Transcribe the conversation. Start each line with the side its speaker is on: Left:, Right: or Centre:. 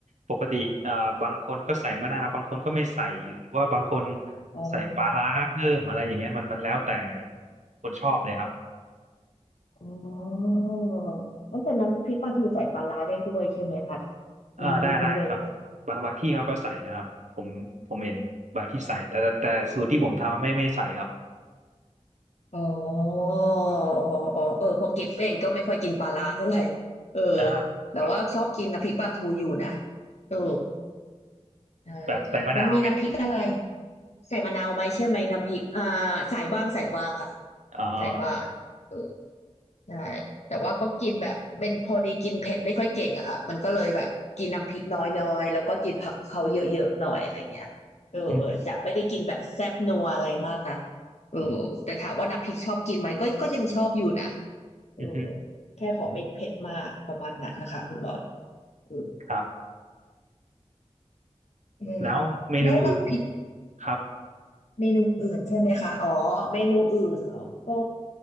Right: ปกติอ่าบางคนก็ใส่มะนาวบางคนก็ไม่ใส่หรือว่าบางคน
Left: อ๋อ
Right: ใส่ปลาร้าเพิ่มอะไรอย่างเงี้ยมันมันแล้วแต่คนชอบเลยครับ
Left: อ๋อเอ้าแต่น้ำพริกปลาทูใส่ปลาร้าได้ด้วยใช่ไหมคะอันนี้ไม่รู้เลย
Right: อ่าได้ได้ครับบางบางที่เขาก็ใส่นะครับผมผมเห็นบางที่ใส่แต่แต่แต่สูตรที่ผมทำไม่ไม่ใส่ครับ
Left: อ๋ออ๋ออ๋อเออเพอกิฟเองก็ไม่ค่อยกินปลาร้าเท่าไหร่ เออ
Right: อ่า
Left: แต่ว่าชอบกินน้ำพริกปลาทูอยู่นะ
Right: ครับ
Left: เออใช่ใช่มันมีน้ำพริกอะไร
Right: แบบใส่มะนาวไหม
Left: ใส่มะนาวไหมใช่ไหมน้ำพริก อ่า ใส่บ้างใส่บ้างค่ะ
Right: อ่า
Left: ใส่บ้างเออ ใช่แต่ว่าก็กินแบบเป็นพอดีกินเผ็ดไม่ค่อยเก่งอะค่ะมันก็เลยแบบกินน้ำพริกน้อยๆแล้วก็กินผักเขาเยอะๆ หน่อยอะไรเงี้ยเออจะไม่ได้กินแบบแซ่บนัวอะไรมากนะ
Right: อืม
Left: เออแต่ถามว่าน้ำพริกชอบกินไหมก็ก็ยังชอบอยู่นะ
Right: อืม
Left: เออ
Right: อืม
Left: แค่ขอไม่เผ็ดมากประมาณนั้นนะคะคุณรอนเออ
Right: ครับ
Left: เออ
Right: แล้วเมนูอื่น
Left: แล้วลังผิด
Right: ครับ
Left: เมนูอื่นใช่ไหมคะอ๋อเมนูอื่นเหรอก็